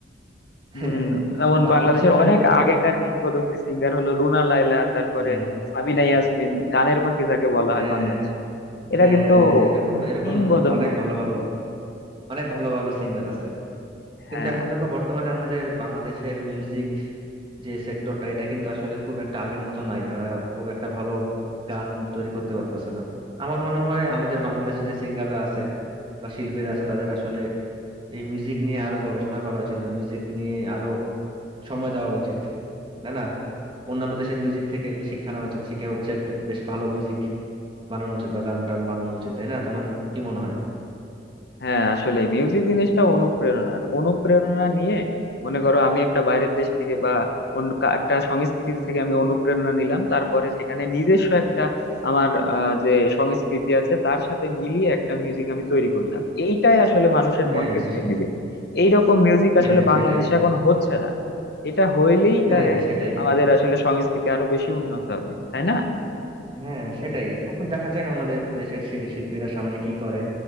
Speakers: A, on the right; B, on the left.
A: <laughs>
B: হম যেমন
A: বাংলাদেশে
B: বাংলাদেশের
A: আসলে
B: অনেক
A: বলতে কি
B: আগেকার কিংবদন্তি সিঙ্গার হলো রুনা লায়লা তারপরে
A: হ্যাঁ
B: সাবিনা ইয়াসমিন গানের পাখি যাকে বলা হয়
A: হ্যাঁ
B: বাংলাদেশে এরা
A: হ্যাঁ
B: কিন্তু
A: হ্যাঁ, এরকম এরকম
B: কিংবদন্তি
A: অনেক ভালো ভালো অনেক ভালো ভালো সিঙ্গার আছে কিন্তু
B: হ্যাঁ
A: এখন দেখো বর্তমানে আমাদের বাংলাদেশের মিউজিক যে সেক্টরটা এটা কিন্তু আসলে খুব একটা আগের মতো নাই তারা খুব একটা ভালো গান তৈরি করতে পারতেছে না আমার মনে হয় আমাদের বাংলাদেশের যে সিঙ্গাররা আছে বা শিল্পীরা আছে তাদের আসলে এই মিউজিক নিয়ে আরো গবেষণা করা উচিত বা মিউজিক নিয়ে আরো সময় দেওয়া উচিত তাই না অন্যান্য দেশের মিউজিক থেকে শিক্ষা নেওয়া উচিত শিখে হচ্ছে একটা বেশ ভালো মিউজিক বানানো উচিত বা গান টান বানানো উচিত তাই না তোমার কি মনে হয়
B: হ্যাঁ আসলে মিউজিক জিনিসটা অনুপ্রেরণার অনুপ্রেরণা নিয়ে মনে করো আমি একটা বাইরের দেশ থেকে বা অন্য কা- একটা সংস্কৃতি থেকে আমি অনুপ্রেরণা নিলাম তারপরে সেখানে নিজস্ব একটা আমার আহ, যে সংস্কৃতি আছে তার সাথে মিলিয়ে একটা মিউজিক আমি তৈরি করলাম এইটাই আসলে মানুষের
A: হ্যাঁ
B: মনকে ছুঁয়ে
A: সে-
B: দিবে এইরকম মিউজিক
A: হ্যাঁ
B: আসলে বাংলাদেশে
A: সেটাই
B: এখন হচ্ছে না এটা হইলেই
A: হ্যাঁ
B: তারে
A: সেটাই
B: আমাদের আসলে সংস্কৃতি আরো বেশি উন্নত হবে তাই না
A: হ্যাঁ সেটাই এখন দেখা যাক আমাদের দেশের শিল- শিল্পীরা সামনে কি করে